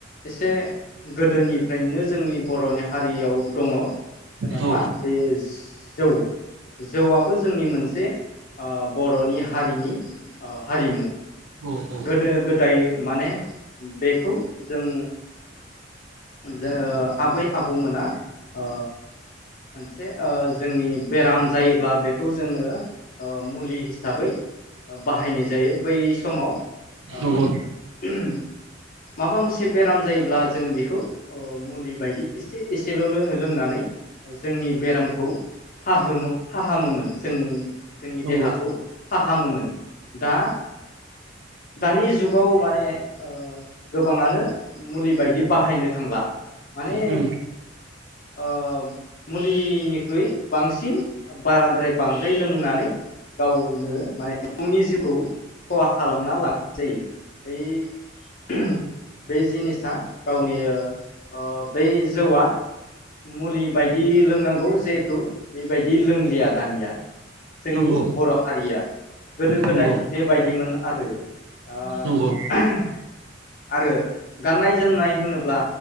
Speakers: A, on the left; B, on the right.
A: एसे गोदोनिफ्रायनो जोंनि बर'नि हारियाव दङ जोंहा
B: औ
A: मा बे जौ जौआबो जोंनि मोनसे ओ बर'नि हारिनि ओ हारिमु
B: औ औ
A: गोदो गोदाय माने बेखौ जों जों आबै आबौमोना अ मोनसे ओ जोंनि बेराम जायोब्ला बेखौ जोङो मुलि हिसाबै ओ बाहायनाय जायो। बै समाव ओ
B: नंगौ
A: <unintelligible> माबा मोनसे बेराम जायोब्ला जों बेखौ ओ मुलि बायदि एसे एसेल' लों लोंनानै जोंनि बेरामखौ फाहोम-फाहामोमोन जों जोंनि
B: नंगौ
A: देहाखौ फाहामोमोन। दा दानि जुगाव माने ओ गोबाङानो मुलि बायदि बाहायनो थांला माने
B: नंगौ
A: ओ मुलिनिख्रुइ बांसिन बाराद्राय बांद्राय लोंनानै गावनो माने गावनि जिउखौ खहा खालामना लानाय जायो बै बे जिनिसा गावनि ओ ओ बै जौआ मुलि बायदि लोंनांगौ जिहेथु बेबायदि लोंलिया दानिया जोंनि
B: नंगौ
A: बर' हारिया गोदो
B: नंगौ
A: गोदाय बेबायदिमोन आरो आ
B: नंगौ
A: <unintelligible> आरो गाननाय-जोमनाय होनोब्ला